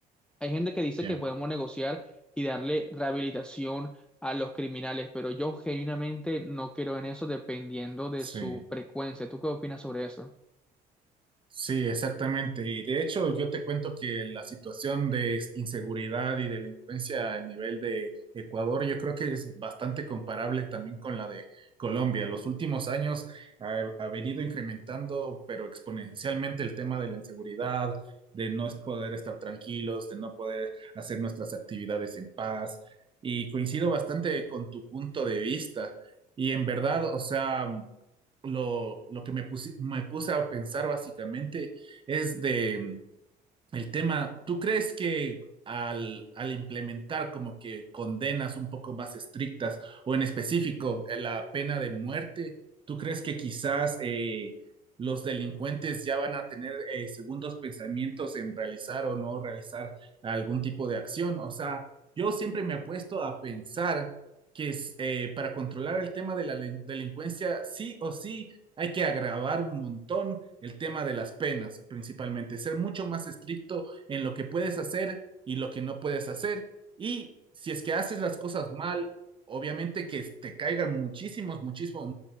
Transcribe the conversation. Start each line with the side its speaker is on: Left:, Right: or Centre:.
Centre: hay gente que dice
Right: ya,
Centre: que podemos negociar y darle rehabilitación a los criminales, pero yo genuinamente no creo en eso dependiendo de
Right: sí,
Centre: su frecuencia. ¿Tú qué opinas sobre eso?
Right: Sí, exactamente. Y de hecho, yo te cuento que la situación de inseguridad y delincuencia a nivel de Ecuador, yo creo que es bastante comparable también con la de Colombia. los últimos años ha, ha venido incrementando, pero exponencialmente, el tema de la inseguridad, de no poder estar tranquilos, de no poder hacer nuestras actividades en paz. Y coincido bastante con tu punto de vista. Y en verdad, o sea lo, lo que me puse, me puse a pensar básicamente es de mm, el tema, ¿tú crees que al, al implementar como que condenas un poco más estrictas o en específico eh, la pena de muerte, ¿tú crees que quizás eh, los delincuentes ya van a tener eh, segundos pensamientos en realizar o no realizar algún tipo de acción? O sea, yo siempre me he puesto a pensar que es, eh, para controlar el tema de la delin- delincuencia, sí o sí, hay que agravar un montón el tema de las penas, principalmente, ser mucho más estricto en lo que puedes hacer y lo que no puedes hacer. Y si es que haces las cosas mal, obviamente que te caigan muchísimos, muchísimos